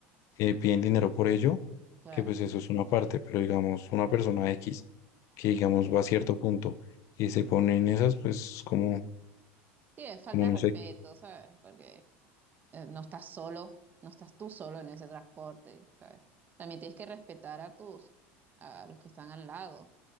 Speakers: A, on the left (about 55°); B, on the right (about 30°).
A: eh, piden dinero por ello,
B: claro.
A: que pues eso es una parte, pero digamos, una persona X que digamos va a cierto punto y se pone en esas, pues como,
B: Sí, es
A: como
B: falta de
A: no
B: respeto,
A: sé.
B: ¿sabes? Porque eh, no estás solo, no estás tú solo en ese transporte, ¿sabes? También tienes que respetar a tus, a los que están al lado.